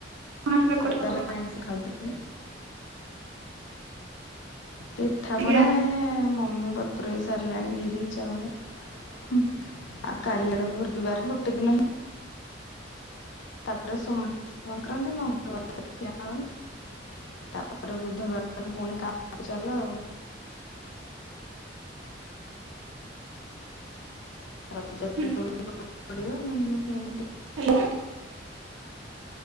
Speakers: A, on the right; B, on the left.
A: କଣ ହେଲେ କରିବ
B: ତାର
A: <unintelligible>
B: ଆଇଁଷ ଖାଉଥିଲେ। ପିଠା
A: ଆଜ୍ଞା
B: ପଣା ଏ ମମି ବ ତୁରେଇ ସାରିଲାଣି ବିରି ଚାଉଳ ହୁଁ। ଆଉ କାଲି ଆଡକୁ ବୁଧୁବାର ଗୋଟେ ଦିନ ହିଁ ତାପରେ ସୋମବାରେ ସଂକ୍ରାନ୍ତି ମଙ୍ଗଳବାରେ ତ ଖିଆହବନି। ତାପରେ ବୁଧବାର ଦିନେ ପୁଣି କାମକୁ ଚାଲ ଆଉ। ରଜରେ
A: ହୁଁ
B: ଦୋଳି ପଡିବ। ମେହେନ୍ଦୀ ଫେହେନ୍ଦି ଟିକେ
A: ହାଲୋ।